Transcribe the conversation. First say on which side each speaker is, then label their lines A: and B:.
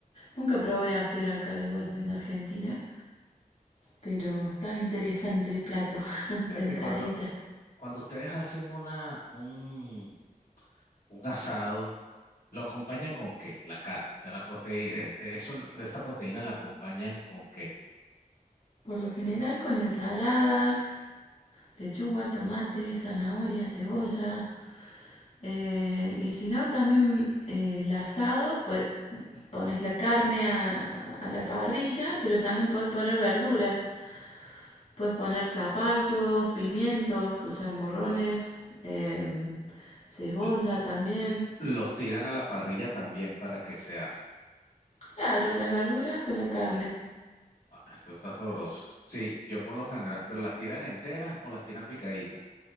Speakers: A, on the left (about 55°); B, on the left (about 80°).
A: Nunca probé a hacer acá igual en Argentina, pero estaba interesante el plato, <laughs>
B: Fíjate,
A: la entradita.
B: cuando, cuando ustedes hacen una, un, un asado, ¿lo acompañan con qué? La carne. O sea, la proteína, este, eso, esta proteína la acompañan con qué.
A: Por lo general con ensaladas, lechuga, tomate, zanahoria, cebolla. eh, y si no, también eh, el asado, pues pones la carne a, a la parrilla, pero también puedes poner verduras. Puedes poner zapallos, pimientos, o sea, morrones, em, cebolla
B: L-
A: también.
B: Los tiran a la parrilla también para que se hace.
A: Claro, las verduras con la carne.
B: Ah, eso está sabroso. Sí, yo por lo general, pero las tiran enteras o las tiran picaditas.